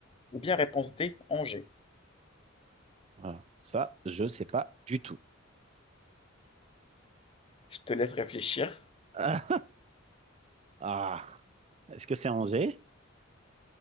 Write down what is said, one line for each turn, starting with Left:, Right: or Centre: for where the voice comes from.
Left: Ou bien réponse D, Angers.
Right: Voilà. Ça, je sais pas du tout.
Left: Je te laisse réfléchir.
Right: <laughs> Ah, est-ce que c'est Angers?